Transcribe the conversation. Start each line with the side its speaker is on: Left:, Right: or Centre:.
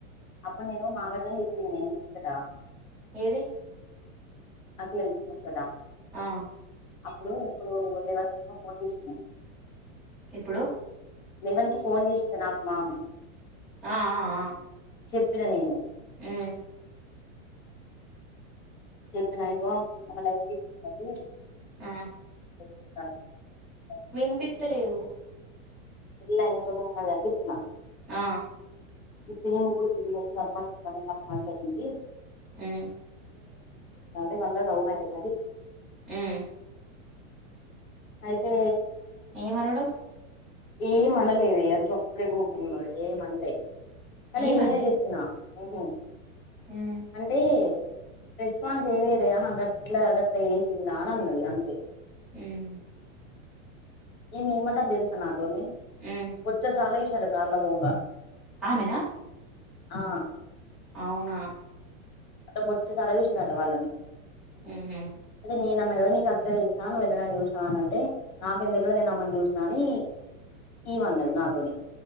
Left: అప్పుడు నేను మా అవ్వ తోని చెప్పిన్నే ఈ ముచ్చట
Centre: ఏది
Left: అసలేంది ముచ్చట
Centre: ఆ
Left: అప్పుడు ఎప్పుడు లెవెన్ క ఫోన్ చేసిన్నే
Centre: ఎప్పుడు
Left: లెవెన్ కి ఫోన్ చేసింది నాకు మామే
Centre: ఆ ఆ
Left: చెప్పిన నేను
Centre: ఆ
Left: చెప్పిన ఇగో మన లైఫ్ గిట్లుంటది
Centre: ఆ
Left: త
Centre: విన్పిత్తలేదు
Left: ఇయాలనతే ఉన్నదని జెప్పిన
Centre: ఆ
Left: ఇప్పుడు ఈమెకుగూడ పెళ్ళి అయి one month one and half month అయ్యింది
Centre: ఉమ్
Left: మాది మళ్ళా లవ్ మ్యారేజ్ ఆహా అండి
Centre: ఉమ్
Left: అయితే
Centre: ఏమనుడు
Left: ఏం అనలేదే అది సప్పుడేక ఉకున్నది ఏం అనలే కానీ
Centre: ఏమనలే
Left: నేనే చెప్పిన ఓహో
Centre: ఉమ్
Left: అంటే రెస్పాన్స్ ఏం ఇయ్యాలేదా ఆహా అది గట్ల అదట్ల చెసిందా ఆ అని అన్నది అంతే
Centre: ఉమ్
Left: ఈన ఏమంటాడో తెలుసా నాతోని
Centre: ఉమ్
Left: బొచ్చు సార్ల చసినారు కార్లో పోంగ
Centre: ఆమెన
Left: ఆ
Centre: అవునా
Left: అ వచ్చే చాలా చూసిందట వాళ్ళని
Centre: ఉహు
Left: అయితే నేనన్నా కదా నీకు అక్కడే తెలిసా నువ్వు ఎన్నడు అయినా చూసినావ అని అంటే నాకేం తెల్వది నేనుమ్మని చూసినాని ఈ మన్నది నాతోని